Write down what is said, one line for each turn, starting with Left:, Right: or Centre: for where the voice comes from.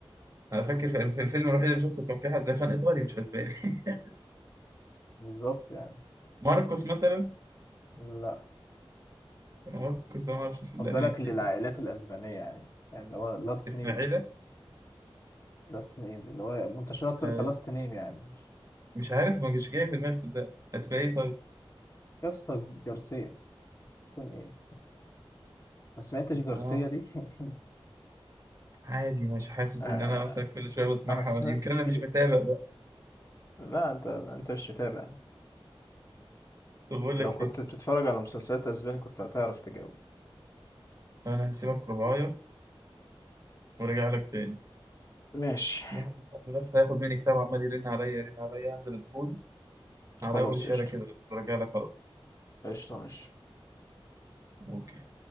Right: انا فاكر في في الفيلم الوحيد اللي شفته كان في حد ده كان ايطالي مش اسباني <laughs>
Left: بالظبط يعني
Right: ماركوس مثلا
Left: لا
Right: ماركوس ده ما اعرفش صدقني
Left: خد بالك
Right: مكسيكي
Left: للعائلات الأسبانية يعني يعني اللي هو لاست
Right: اسماعيلة
Left: نيم لاست نيم اللي هو منتشر أكتر
Right: آه...
Left: كلاست نيم يعني مش
Right: مش عارف ما جاش جاي في دماغي صدقني هتبقى ايه طيب
Left: يا اسطى جارسيا يكون إيه ما سمعتش جارسيا
Right: اه
Left: دي <laughs>
Right: عادي مش حاسس
Left: آه،
Right: ان انا مثلا كل شويه بسمعها
Left: انا سمعت
Right: يمكن
Left: كتير
Right: انا مش متابع بقى
Left: لا انت انت مش متابع
Right: طب بقول
Left: لو
Right: لك
Left: كنت
Right: ايه
Left: بتتفرج على مسلسلات اسباني كنت هتعرف تجاوب
Right: انا هسيبك رباية ورجع لك تاني
Left: ماشي
Right: يحيى الفضل بس هياخد مني كتاب عمال يرن عليا يرن عليا هنزل اديهوله على
Left: خلاص
Right: اول الشارع
Left: قشطة
Right: كده بس ورجع لك على طول
Left: قشطة ماشي
Right: اوكي